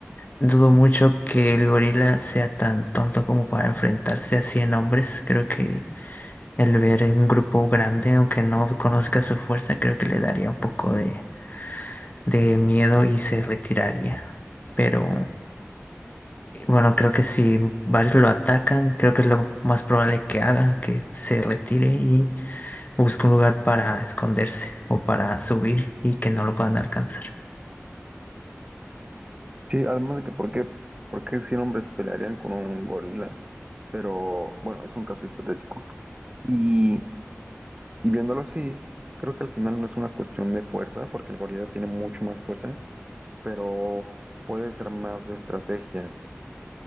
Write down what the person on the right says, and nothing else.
Sí, además de que, ¿por qué, por qué 100 hombres pelearían con un gorila? Pero bueno, es un caso hipotético. Y, y viéndolo así, creo que al final no es una cuestión de fuerza, porque el gorila tiene mucho más fuerza, pero puede ser más de estrategia,